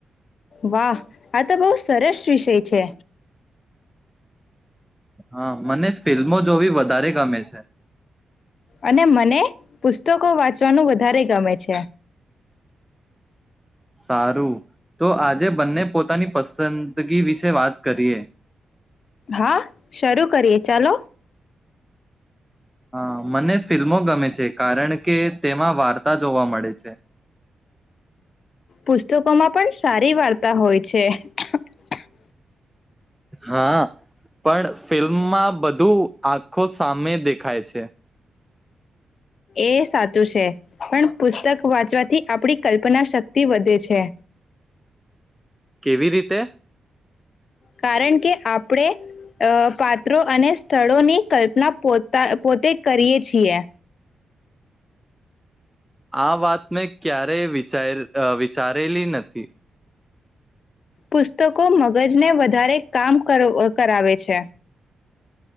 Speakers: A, on the left (about 60°); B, in the centre.
A: વાહ આ તો બહ સરસ વિષય છે.
B: હા મને ફિલ્મો જોવી વધારે ગમે છે.
A: અને મને પુસ્તકો વાંચવાનું વધારે ગમે છે.
B: સારું તો આજે બંને પોતાની પસંદગી વિશે વાત કરીએ.
A: હા શરૂ કરીએ ચાલો.
B: હા મને ફિલ્મો ગમે છે. કારણ કે તેમાં વાર્તા જોવા મળે છે.
A: પુસ્તકો માં પણ સારી વાર્તા હોય છે. <unintelligible>
B: હા પણ ફિલ્મમાં બધું આખો સામે દેખાય છે.
A: એ સાચું છે. પણ પુસ્તક વાંચવાથી આપણી કલ્પના શક્તિ વધે છે.
B: કેવી રીતે?
A: કારણ કે આપણે અ પાત્રો અને સ્થળોની કલ્પના પોતા પોતે કરીએ છીએ.
B: આ વાત મેં ક્યારેય વિચાર વિચારેલી નથી.
A: પુસ્તકો મગજને વધારે કામ કર-કરાવે છે.